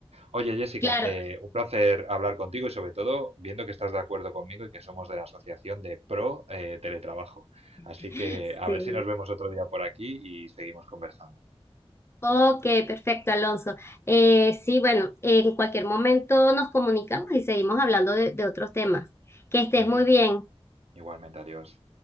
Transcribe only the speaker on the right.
Oye Jessica,
eh, un placer hablar contigo y sobre todo viendo que estás de acuerdo conmigo y que somos de la Asociación de Pro eh, Teletrabajo. Así
que a ver si nos vemos otro día por aquí y seguimos conversando.
Muy
bien,
igualmente, adiós.